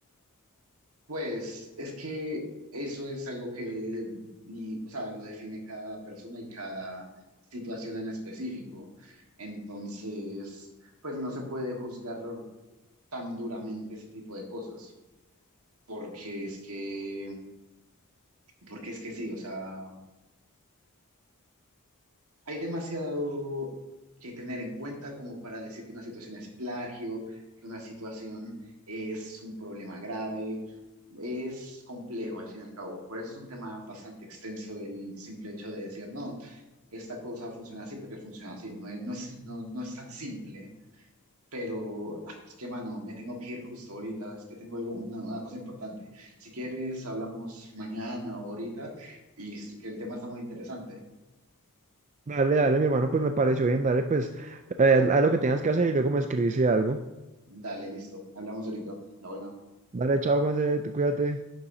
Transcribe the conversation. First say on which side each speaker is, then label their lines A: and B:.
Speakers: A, on the right; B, on the right.
A: Pues es que eso es algo que, y, o sea, lo define cada persona y cada situación en específico. Entonces, pues no se puede juzgar tan duramente ese tipo de cosas, porque es que, porque es que sí, o sea, hay demasiado que tener en cuenta como para decir que una situación es plagio, que una situación es un problema grave. Es complejo al fin y al cabo. Por eso es un tema bastante extenso el simple hecho de decir, no, esta cosa funciona así porque funciona así. No es, no es, no, no es tan simple, pero ah, es que, mano, me tengo que ir justo ahorita. Es que tengo algo, una, una cosa importante. Si quieres, hablamos mañana o ahorita y es que el tema está muy interesante.
B: Dale, dale, mi hermano, pues me pareció bien, dale, pues, eh, haz haz lo que tengas que hacer y luego me escribís si algo.
A: Dale, listo. Hablamos ahorita. La buena.
B: Dale, chao, Juanse, cuídate.